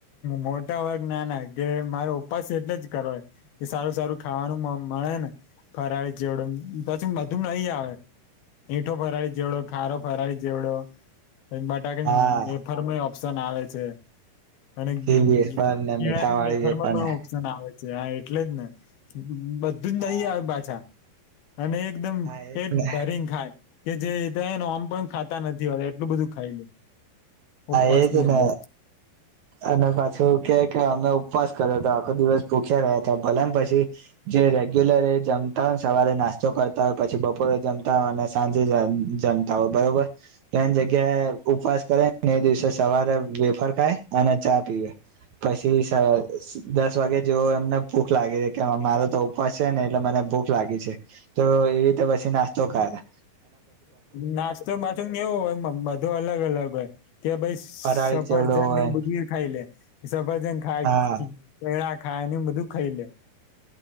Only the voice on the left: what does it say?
મોટા વર્ગ ના ના કે મારો ઉપવાસ એટલે જ કરો કે સારું સારું ખાવાનું. ને ફરાળી ચેવડો પછી બધું નહી આવે. મીઠો ફરાડી જેવડો ખારો ફરાડી. ચેવડો પછી બટાકાની
વેફર માં ઓપ્શન આવે છે. અને
કેળાનીવેફરમાં
પણ
ઓપ્શન આવે છે. એટલે જ ને બધું
જ લઈ આવે પાછા. અને એકદમ
પેટ
ભરીંન ખાય કે જે આમ પણ ખા. નથી હો એટલું બધું ખાઈ લે.
ઉપવાસની
અંદર
નાસ્તો પાછું કેવો હોય બધો અલગ અલગ હોય. કે ભાઈ સફરજન
બુ ખાઈ લે સફરજન ખાઈ.
ખાને બધું ખાઈ લે